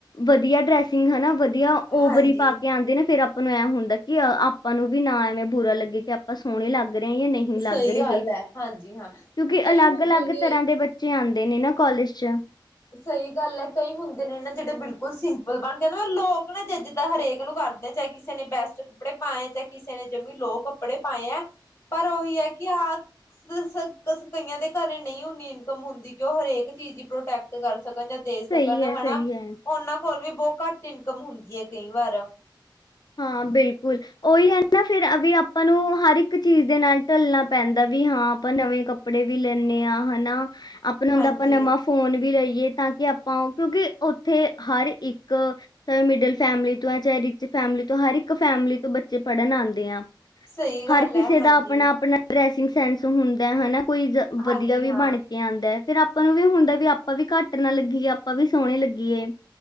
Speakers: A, on the left (about 55°); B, on the left (about 30°).
A: ਵਧੀਆਂ ਡਰੈਸਿੰਗ ਹਨਾ। ਵਧੀਆਂ ਓਵਰੀ
B: ਹਾਂਜੀ
A: ਪਾ ਕੇ ਆਂਦੇ ਨੇ। ਫਿਰ ਅਪ ਉਹਨੂੰ ਐਂ ਹੁੰਦਾਂ ਕਿ ਆਪਾਂ ਨੂੰ ਵੀ ਨਾ ਐਂਵੇਂ ਬੁਰਾ ਲੱਗੇ। ਕਿ ਆਪਾਂ ਸੋਹਣੇ ਲੱਗ ਰਹੇ ਜਾਂ ਨਹੀਂ।
B: ਸਹੀ
A: ਲੱਗ
B: ਗੱਲ
A: ਰਹੀ।
B: ਹੈ, ਹਾਂਜੀ ਹਾਂ।
A: ਕਿਉਂਕਿ
B: ਕਈ
A: ਅਲੱਗ-
B: ਹੁੰਦੇ
A: ਅਲੱਗ
B: ਨੇ
A: ਤਰ੍ਹਾਂ ਦੇ ਬੱਚ। ਬੱਚੇ ਆਂਦੇ ਨੇ ਨਾ ਕਾਲਜ਼ 'ਚ।
B: ਸਹੀ ਗੱਲ਼ ਹੈ ਕਈ ਹੁੰਦੇ ਨੇ ਨਾ ਜਿਹੜੇ ਬਿਲਕੁੱਲ ਸਿੰਪਲ ਬਣਦੇ। ਔਰ ਲੋਕ ਨਾ ਜੱਜ ਤਾਂ ਹਰੇਕ ਨੂੰ ਕਰਦੇ। ਚਾਹੇ ਕਿਸੇ ਨੇ ਬੈਸਟ ਕੱਪੜੇ ਪਾਣੇ ਜੇ ਕਿਸੇ ਨੇ ਜਮੀ ਲੋਅ ਕੱਪੜੇ ਪਾਏ ਐਂ। ਪਰ ਉਹੀ ਹੈ ਕਿ ਆਹ ਸ ਸ ਕਈਆਂ ਦੇ ਘਰੇਂ ਨਹੀਂ ਹੁੰਦੀਂ ਇਨਕਮ ਹੁੰਦੀਂ ਕਿ ਉਹ ਹਰੇਕ ਚੀਜ਼ ਪ੍ਰੋਟੈਕ ਪ੍ਰੋਟੈਕ ਕਰ ਸਕਣ ਜਾਂ ਦੇ ਸਕਣ
A: ਸਹੀ
B: ਹਨਾ।
A: ਹੈ, ਸਹੀ ਹੈ।
B: ਉਹਨਾਂ ਕੋਲ਼ ਵੀ ਬਹੁਤ ਘੱਟ ਇਨਕਮ ਹੁੰਦੀਂ ਏ ਕਈ ਵਾਰ
A: ਹਾਂ ਬਿਲਕੁਲ। ਉਹੀ ਹੈ ਨਾ ਫੇਰ ਅਵੀ ਆਪਾਂ ਨੂੰ ਹਰ ਇੱਕ ਚੀਜ਼ ਦੇ ਨਾਲ਼ ਢਲਣਾ ਪੈਂਦਾਂ ਵੀ ਹਾਂ ਆਪਾਂ ਨਵੇਂ ਕੱਪੜੇ ਕੱਪੜੇ ਵੀ ਲੈਂਨੇ ਹਾਂ ਹਨਾ। ਆਪਾਂ ਨੂੰ
B: ਹਾਂਜੀ,
A: ਹੁੰਦਾਂ ਆਪਾਂ ਨਵਾਂ ਫ਼ੋਨ ਵੀ ਲਈਏ ਤਾਂ ਕਿ ਆਪਾਂ। ਕਿਉਂਕਿ ਉੱਥੇ ਹਰ ਇੱਕ ਚਾਹੇ ਮਿਡਲ ਫੈਮਲੀ ਤੋਂ ਹੈਂ। ਚਾਹੇ ਰਿਚ ਫੈਮਿਲੀ ਤੋਂ। ਹਰ ਇੱਕ ਫੈਮਿਲੀ ਤੋਂ ਬੱਚੇ ਪੜ੍ਹਨ ਆਂਦੇ ਆ।
B: ਸਹੀ ਗੱਲ
A: ਹਰ ਕਿਸੇ
B: ਹੈ, ਹਾਂਜੀ।
A: ਦਾ ਆਪਣਾ- ਆਪਣਾ। ਡਰੈਸਿੰਗ ਸੈਂਸ ਹੁੰਦਾ ਹਨਾ। ਕੋਈ ਵਧੀਆ
B: ਹਾਂਜੀ
A: ਵੀ
B: ਹਾਂ।
A: ਬਣ ਕੇ ਆਂਦਾ ਫੇਰ ਆਪਾਂ ਨੂੰ ਵੀ ਹੁੰਦਾ। ਵੀ ਆਪਾਂ ਵੀ ਘੱਟ ਨਾ ਲੱਗੀਏ। ਆਪਾਂ ਵੀ ਸੋਹਣੇ ਲੱਗੀਏ।